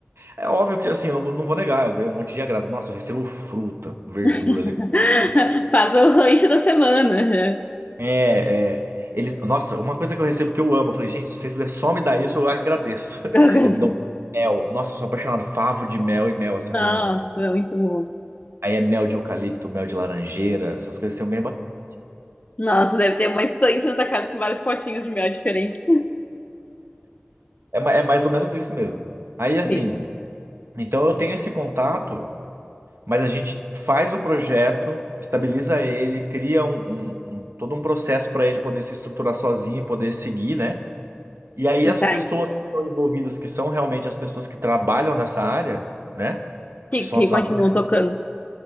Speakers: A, on the right (about 85°); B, on the left (about 40°).
A: É óbvio que assim, eu não, não vou negar, eu ganho um monte de agrado. Nossa, eu recebo fruta, verdura,
B: <laughs>
A: legume. Então,
B: Faz o rancho da semana, já.
A: é, é, eles, nossa, uma coisa que eu recebo que eu amo, eu falei, gente, se vocês puderem só me dar isso, eu agradeço.
B: <laughs>
A: <laughs> Eles me dão mel. Nossa, eu sou apaixonado, favo de mel e mel, assim,
B: Nossa,
A: ó, eu amo.
B: é muito bom.
A: Aí é mel de eucalipto, mel de laranjeira, essas coisas assim, eu ganho bastante.
B: Nossa, deve ter uma estante na tua casa com vários potinhos de mel diferentes.
A: É, ma- é mais ou menos isso mesmo. Aí assim,
B: Sim.
A: então eu tenho esse contato. Mas a gente faz o projeto, estabiliza ele, cria um, um- um- todo um processo para ele poder se estruturar sozinho e poder seguir, né? E aí as
B: Tá,
A: pessoas que estão envolvidas, que são realmente as pessoas que trabalham nessa área, né?
B: que,
A: Que são
B: que
A: as
B: continuam
A: famílias.
B: tocando.